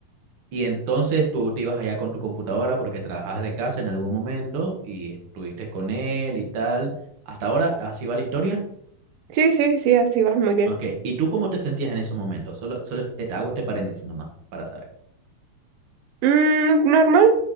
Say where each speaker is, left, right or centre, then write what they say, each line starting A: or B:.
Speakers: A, on the right; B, on the right.
A: Y entonces tú te ibas allá con tu computadora porque trabajabas de casa en algún momento y estuviste con él y tal. Hasta ahora, así va la historia.
B: sí, sí, sí, así va, muy bien.
A: Ok, ¿y tú cómo te sentías en esos momentos? Solo, solo te hago este paréntesis nomás para saber.
B: Mm, normal.